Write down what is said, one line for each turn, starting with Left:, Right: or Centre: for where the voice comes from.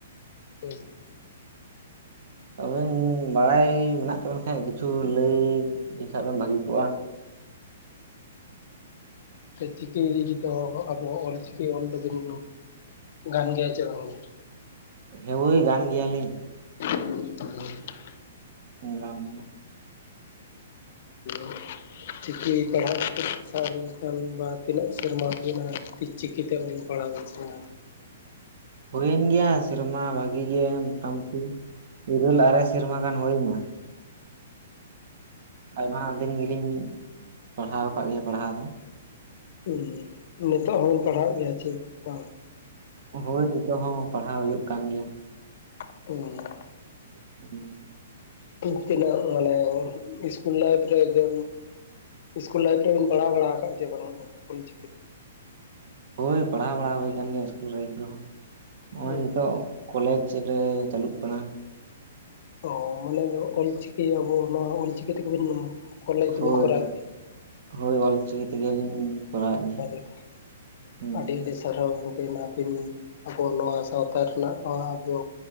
Left: ᱦᱩᱸ
Right: ᱟᱵᱮᱧ ᱵᱟᱲᱟᱭ ᱢᱮᱱᱟᱜ ᱛᱟᱵᱮᱱ ᱠᱷᱟᱡ ᱠᱤᱪᱷᱩ ᱞᱟᱹᱭ ᱞᱮᱠᱷᱟᱜ ᱫᱚᱢ ᱵᱷᱟᱹᱜᱤ ᱠᱚᱜ-ᱟ
Left: ᱪᱤᱠᱤ ᱫᱚ ᱟᱵᱚ ᱚᱞ ᱪᱤᱠᱤ ᱚᱞ ᱫᱚᱵᱤᱱ ᱜᱟᱱ ᱜᱮᱭᱟ ᱪᱮ ᱵᱟᱝᱜᱮ
Right: ᱦᱮᱣᱟᱹᱭ ᱜᱟᱱ ᱜᱮᱭᱟᱞᱤᱧ
Left: <unintelligible>
Right: ᱧᱮᱞᱟᱝ <unintelligible>
Left: <unintelligible> ᱪᱤᱠᱤ ᱯᱟᱲᱦᱟᱣ ᱠᱟᱛᱮ <inaudible> ᱛᱤᱱᱟᱹᱜ ᱥᱮᱨᱢᱟ ᱦᱩᱭᱱᱟ ᱪᱤᱠᱤ ᱛᱮ ᱚᱞ ᱯᱟᱲᱦᱟᱣ ᱦᱚᱸ
Right: ᱦᱩᱭᱮᱱ ᱜᱮᱭᱟ ᱥᱮᱨᱢᱟ ᱵᱷᱟᱜᱤ ᱜᱮ ᱢᱚᱴᱟᱢᱩᱴᱤ ᱤᱨᱟᱹᱞ ᱟᱨᱮ ᱥᱮᱨᱢᱟ ᱜᱟᱱ ᱦᱩᱭ ᱱᱟ ᱟᱭᱢᱟ ᱫᱤᱱ ᱜᱮᱞᱤᱧ ᱯᱟᱲᱦᱟᱣ ᱠᱟᱜ ᱜᱮᱭᱟ ᱯᱟᱲᱦᱟᱣ ᱫᱚ
Left: ᱩᱸᱦ ᱱᱤᱛᱚᱜ ᱦᱚᱸᱵᱤᱱ ᱯᱟᱲᱦᱟᱜ ᱜᱮᱭᱟ ᱪᱮ ᱵᱟᱝ
Right: ᱦᱚᱭ ᱱᱤᱛᱚᱜ ᱦᱚᱸ ᱯᱟᱲᱦᱟᱣ ᱦᱩᱭᱩᱜ ᱠᱟᱱ ᱜᱮᱭᱟ
Left: <unintelligible>
Right: <unintelligible>
Left: ᱛᱤᱱ ᱛᱤᱱᱟᱹᱜ ᱢᱟᱱᱮ ᱤᱥᱠᱩᱞ ᱞᱟᱭᱤᱯᱷ ᱨᱮ ᱡᱮ ᱤᱥᱠᱩᱞ ᱞᱟᱭ ᱛᱮᱢ ᱯᱟᱲᱦᱟᱣ ᱵᱟᱲᱟ ᱠᱟᱜ ᱜᱮᱭᱟ ᱚᱞᱪᱤᱠᱤ
Right: ᱦᱳᱭ ᱯᱟᱲᱦᱟᱣ ᱵᱟᱲᱟ ᱦᱩᱭ ᱠᱟᱱ ᱜᱮᱭᱟ ᱤᱥᱠᱩᱞ ᱨᱟᱭᱤᱯᱷ ᱨᱮᱦᱚᱸ ᱦᱚᱜ-ᱚᱭ
Left: ᱦᱩᱸ
Right: ᱱᱤᱛᱚᱜ ᱠᱚᱞᱮᱡᱽ ᱨᱮ ᱪᱟᱹᱞᱩᱜ ᱠᱟᱱᱟ
Left: ᱚ ᱢᱟᱱᱮ ᱫᱚ ᱚᱞ ᱪᱤᱠᱤ ᱟᱵᱚ ᱢᱟ ᱚᱞᱪᱤᱠᱤ ᱛᱮᱜᱮ ᱵᱮᱱ ᱠᱚᱞᱮᱡᱽ
Right: ᱦᱳᱭ
Left: ᱫᱚᱵᱤᱱ ᱠᱚᱨᱟᱣ
Right: ᱦᱳᱭ ᱚᱞᱪᱤᱠᱤ ᱛᱮᱜᱮᱞᱤᱧ ᱠᱚᱨᱟᱣᱮᱫ ᱜᱮᱭᱟ
Left: ᱟᱜᱩ <inaudible>
Right: ᱦᱩᱸ
Left: ᱟᱹᱰᱤ ᱟᱹᱰᱤ ᱥᱟᱨᱦᱟᱣ ᱜᱚᱢᱠᱮ ᱱᱟᱦᱟᱜ ᱵᱤᱱ ᱟᱵᱚ ᱱᱚᱣᱟ ᱥᱟᱶᱛᱟ ᱨᱮᱱᱟᱜ ᱱᱚᱣᱟᱫᱚ